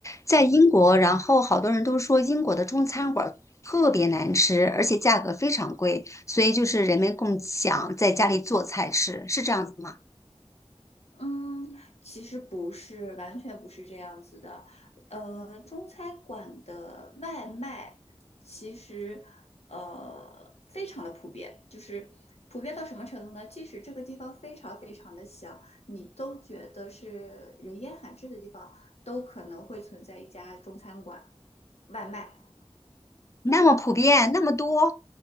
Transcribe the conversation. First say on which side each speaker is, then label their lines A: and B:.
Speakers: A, on the left; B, on the left.
A: 在英国，然后好多人都说英国的中餐馆儿特别难吃，而且价格非常贵，所以就是人们更想在家里做菜吃，是这样子吗？
B: 嗯，其实不是，完全不是这样子的。呃，中餐馆的外卖其实呃非常的普遍，就是普遍到什么程度呢？即使这个地方非常非常的小，你都觉得是人烟罕至的地方，都可能会存在一家中餐馆外卖。
A: 那么普遍，那么多。